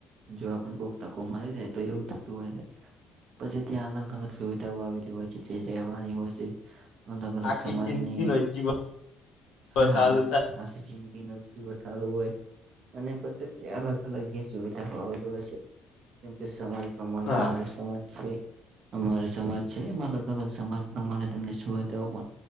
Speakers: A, on the right; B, on the left.
A: જો આપ ધક્કો મારી જાય તો એવું થતું હોય ને પછી ત્યાં અલગ અલગ સુવિધાઓ આવેલી હોય છે જે રેવાની હોય છે. અલગ અલગ
B: આખી
A: સમાજને
B: જિંદગી નો જીવ
A: હા
B: ચાલુ થાય
A: <unintelligible> ન વધારું હોય અને પછી અલગ અલગ જે સુવિધાઓ આવેલી હોય છે. જેમ કે સમાજ પ્રમાણે
B: હા
A: તમારા સમાજ છે. અમારે સમાજ છે એમાં અલગ અલગ સમાજ પ્રમાણે તમને સૂવા તેવ પણ